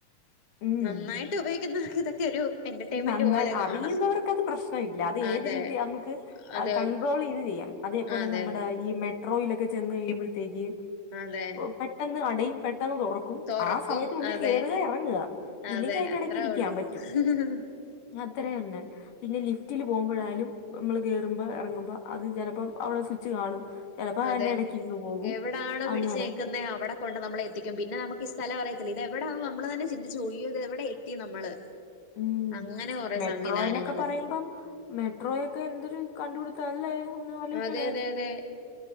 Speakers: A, on the left; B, on the left.
A: ഉം
B: നന്നായിട്ട് ഉപയോഗിക്കുന്ന ഇതൊക്കെ ഒരു എന്റർടൈൻമെന്റ്
A: ഉംനന്നായിഅറിയുന്നവർക്ക്
B: പോലെ കാണാം
A: അത് പ്രശ്നം ഇല്ല അത് ഏത്
B: അതെ
A: രീതി നമുക്ക്
B: അതെ
A: കൺട്രോൾ ഇത് ചെയ്യാം അതേപോലെ
B: അതെ
A: നമ്മുടെ
B: അതെ
A: ഈ മെട്രോയിലൊക്കെ ചെന്ന് കഴിയുമ്പോഴത്തേക്ക്
B: അതെ
A: പെട്ടെന്ന് അടയും പെട്ടെന്ന് തുറക്കും ും
B: തൊറക്കും
A: ആ സമയത്തിനുള്ളിൽ
B: അതെ
A: കയറുക ഇറങ്ങുക ഇല്ലെങ്കിൽ
B: അതെ
A: അതിന്റെ
B: അത്രേ
A: ഇടയ്ക്ക് ഇരിക്കാൻ പറ്റും
B: <unintelligible>
A: അത്രേയന്നെ പിന്നെ ലി റ്റിലു പോവുമ്പോഴായാലും നമ്മള് കേറുമ്പോ ഇറങ്ങുമ്പോ അത് ചെലപ്പം അവടെ സ്വിച്ച് കാണും ചിലപ്പോ
B: അതെ
A: അതിന്റെ ഇടയ്ക്ക് ഇരുന്ന് പോകും
B: എവിടണോ പിടിച്ച്
A: അങ്ങനെ
B: നിക്കുന്ന അവിടെ കൊണ്ട് നമ്മള എത്തിക്കും പിന്നെ നമുക്ക് ഈ സ്ഥലം അറിയത്തില്ല ഇത് എവിടെ നമ്മള് തന്നെ ചിന്തിച്ചു പോകും യ്യോ ഇത് എവിടെ എത്തി നമ്മള്
A: ഉം
B: അങ്ങനെ കൊറേ
A: മെട്രോ
B: സംവിധാനങ്ങള്
A: എന്നൊക്കെ പറയുമ്പം മെട്രോയൊക്കെ എന്തൊരു കണ്ടുകിടുത്ത അല്ലേ ഒന്ന് വലിക്കണേ
B: അതെ അതെ അതെ